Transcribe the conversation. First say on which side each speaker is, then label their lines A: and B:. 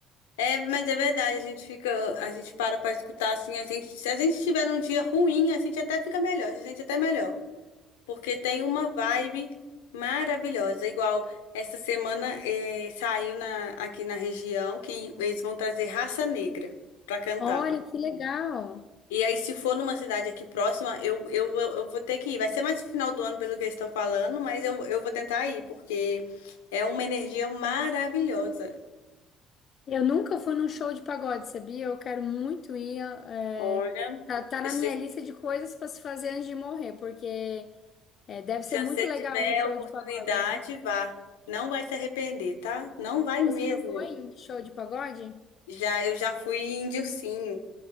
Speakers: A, on the left (about 80°); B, on the left (about 55°).
A: é, mas é verdade, a gente fica, a gente para pra escutar assim, a gente, se a gente tiver num dia ruim, a gente até fica melhor, a gente até melhor. porque tem uma vibe maravilhosa. Igual essa semana eh, saiu na- aqui na região que eles vão trazer Raça Negra pra cantar.
B: Olha que legal!
A: E aí, se for numa cidade aqui próxima, eu, eu, vou- eu vou ter que ir. Vai ser mais no final do ano, pelo que eles estão falando, mas eu, eu vou tentar ir, porque é uma energia maravilhosa.
B: Eu nunca fui num show de pagode, sabia? Eu quero muito ir. é,
A: Olha,
B: tá, tá na
A: se,
B: minha
A: você-
B: lista de coisas para se fazer antes de morrer, porque é, deve ser
A: se
B: muito
A: você
B: legal
A: tiver
B: um show
A: a oportunidade,
B: de pagode, né?
A: vá. Não vai se arrepender, tá? Não vai mesmo.
B: Você já foi em show de pagode?
A: Já, eu já fui em Dilcinho.